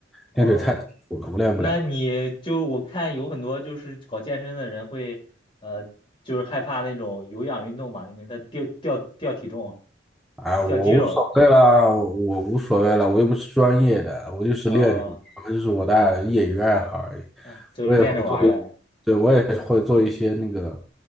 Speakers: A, on the left (about 30°); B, in the centre.
A: 哦。
B: 练腿太痛苦了，我练不了。
A: 那你就我看有很多就是搞健身的人会，呃，就是害怕那种有氧运动嘛，因为他掉掉掉体重、
B: 哎，我无所谓啦，
A: 掉肌肉，
B: 我无所谓啦，我又不是专业的，我就是练，
A: 啊、
B: 我就是我的业余爱好而已。
A: 啊，就是练着玩儿的。
B: 我也会做，对，我也会做一些那个，